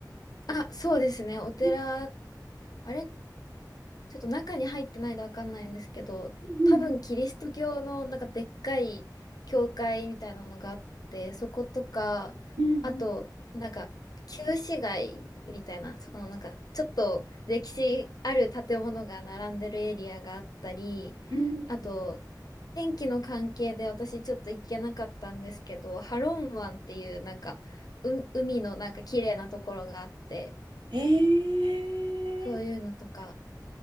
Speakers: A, on the left; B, on the right.
A: あ、そうですね。お寺、
B: うん
A: あれちょっと中に入ってないのわかんないんですけど、
B: うん
A: 多分キリスト教のなんかでっかい教会みたいなのがあって、そことか、
B: うん
A: あと、なんか旧市街みたいな、そのなんかちょっと歴史ある建物が並んでるエリアがあったり、
B: うんうん
A: あと、天気の関係で私ちょっと行けなかったんですけど、ハロン湾っていうなんか、う海のなんか綺麗なところがあって、
B: えー、
A: そういうのとか、